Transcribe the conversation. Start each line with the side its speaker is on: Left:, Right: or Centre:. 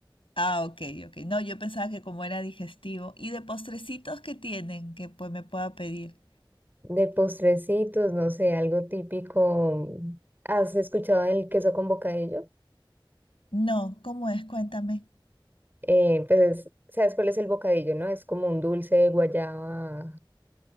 Left: Ah, ok, ok. No, yo pensaba que como era digestivo. ¿Y de postrecitos que tienen que pues me pueda pedir?
Right: De postrecitos, no sé, algo típico. ¿Has escuchado el queso con bocadillo?
Left: No, ¿cómo es? Cuéntame.
Right: Eh, pues, ¿sabes cuál es el bocadillo, no? Es como un dulce de guayaba